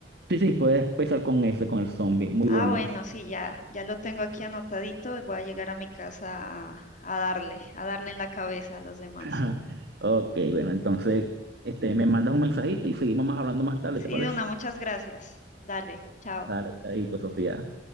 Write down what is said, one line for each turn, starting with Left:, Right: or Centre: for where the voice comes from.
Right: Sí, sí, puedes empezar con ese, con el zombie. Muy bueno.
Left: Ah, bueno, sí, ya, ya lo tengo aquí anotadito y voy a llegar a mi casa a, a darle, a darle en la cabeza a los demás.
Right: <laughs> Ok, bueno, entonces, este, me mandas un mensajito y seguimos más hablando más tarde,
Left: Sí,
Right: ¿te parece?
Left: Duna, muchas gracias. Dale, chao.
Right: Dale, chaito, Sofía.